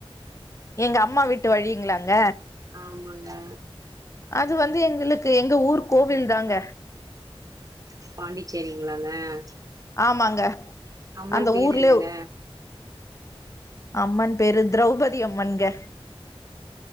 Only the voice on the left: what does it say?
எங்க அம்மா வீட்டு வழிங்களாங்க
அது வந்து எங்குளுக்கு எங்க ஊர் கோவில் தாங்க
ஆமாங்க
அந்த
ஊர்லே
அம்மன் பேரு திரௌபதி அம்மன்ங்க